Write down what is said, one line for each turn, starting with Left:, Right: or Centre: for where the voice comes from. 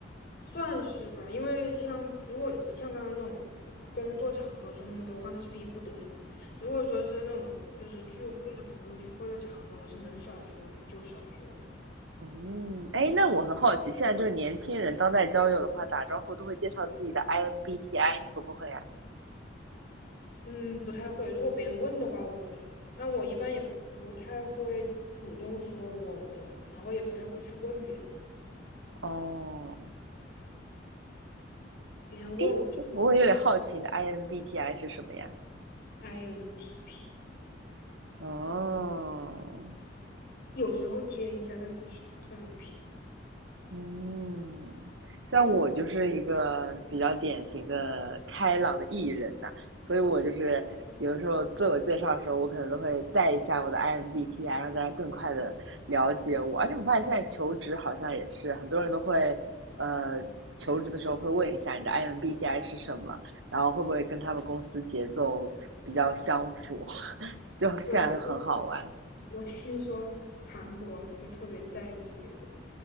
Left: 算是吧。因为像如果像刚刚这种工作场合说那么多话，那是逼不得已。如果说是那种就是聚会的朋友聚会的场合，我是能少说就少说。
Right: 嗯，哎，那我很好奇，现在就是年轻人当代交友的话，打招呼都会介绍自己的 INBTI，你会不会呀、
Left: 嗯，不太会。如果别人问的话，我会说，但我一般也不太会主动说我的，然后也不太会去问别人的。
Right: 哦，
Left: 别人问我就
Right: 哎，我有点好奇你的 INBTI 是什么呀？
Left: INTP。
Right: 哦，
Left: 有时候接一下，但很少，基本上皮。
Right: 嗯，像我就是一个比较典型的开朗的艺人呐、所以我就是有的时候自我介绍的时候，我可能都会带一下我的 IMBTI，让大家更快的了解我。而且我发现现在求职好像也是很多人都会，呃，求职的时候会问一下你的 IMBTI 是什么，然后会不会跟他们公司节奏比较相符，<laughs> 就现在就很好玩。
Left: 对，对我听说韩国就特别在意这个，